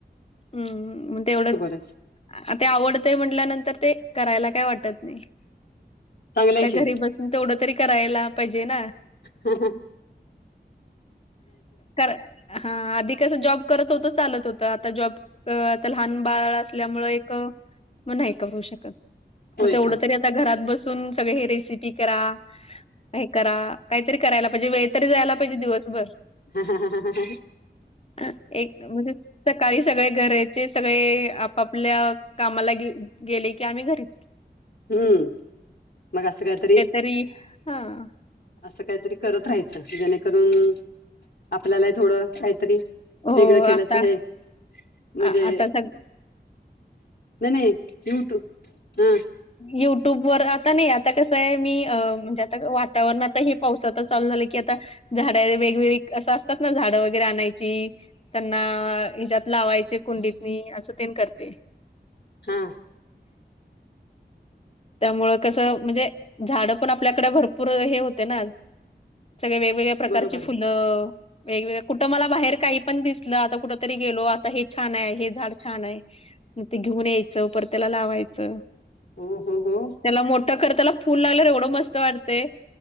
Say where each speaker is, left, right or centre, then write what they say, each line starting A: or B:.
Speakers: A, on the left (about 35°); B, on the left (about 60°).
A: हम्म, हम म तेवढं
B: आहे
A: आहा ते आवडतय म्हटल्यानंतर ते करायला काय वाटत नाही.
B: चांगलंय
A: ता
B: की
A: घरी बसून तेवढं तरी करायला पाहिजे ना.
B: हं हं.
A: कर हां आधी कस जॉब करत होत चालत होत. आता जॉब त आता लहान बाळ असल्यामुळे एक म नाही कमू शकत
B: होय
A: म तेवढं
B: का
A: तरी ता घरात बसून सगळे हे रेसिपी करा आहे करा काहीतरी करायला पाहिजे वेळ तरी जायला पाहिजे दिवसभर.
B: ह, ह, ह, ह, ह, ह.
A: अ एक म्हणजे सकाळी सगळे घराचे सगळे आपापल्या कामाला गे गेले की आम्ही घरी.
B: हम्म, मग असं काहीतरी
A: री हा.
B: असं काहीतरी करत राहायचं, जेणेकरून आपल्याला थोडं काहीतरी
A: हो
B: वेगळं केल्याच
A: आता
B: हे म्हजे
A: आ आता सग
B: नाय नाय युट्यू ह
A: युट्यूब वर आता नाही आता कसं आहे मी अ म्हणजे आता वातावरण आता हे पाऊस आता चालू झालं की आता झाड वेगवेळी असं असतात ना झाडं वगैरे आणायची त्यांना हेज्यात लावायचे कुंडीतनी असं तेन करते.
B: हा.
A: त्यामूळं कसं म्हणजे झाड पण आपल्याकडं भरपूर हे होते ना. सगळे वेगवेगळ्या प्रकारचे
B: बरोबर आहे
A: फुलं. वेगवेगळ कुठं मला बाहेर काही पण दिसलं, आता कुठ तरी गेलो आता हे छान आहे हे झाड छान आहे. मग ते घेऊन यायचं पर त्याला लावायचं.
B: हो हो हो.
A: त्याला मोठं करताला फूल लागलं एवढं मस्त वाटतंय.